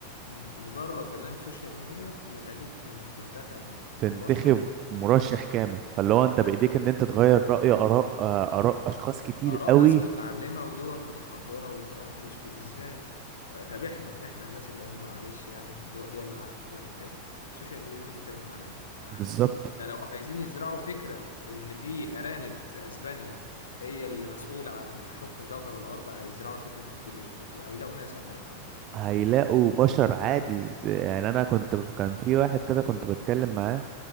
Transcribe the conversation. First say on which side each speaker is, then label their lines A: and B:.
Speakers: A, on the left; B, on the right.
A: بمجرد برنامج سوشيال ميديا يخليك تن- تنتخب
B: تنتخب
A: مرشح
B: مرشح كامل فاللي هو انت
A: و...
B: بايديك ان انت تغير رأي اراء آه، اراء اشخاص كتير
A: آراء
B: قوي
A: ناس متعلمة ودول متحضرة وبتاع يا نهار أسود إزاي؟ ط- طب إحنا إحنا الناس اللي هم معلش يعني في الدول دول العالم التالت السوشيال ميديا دي ممكن تعمل معانا إيه؟ ده إحنا
B: بالظبط
A: ده لو عايزين يزرعوا فكرة إن في أرانب في أسبانيا هي اللي مسؤولة عن حكم كوكب الأرض هيزرعوا الفكرة دي بكل سهولة وهيلاقوا ناس عندنا تصدق
B: هيلاقوا بشر عادي يعني انا كنت كان في واحد كده كنت بتكلم معاه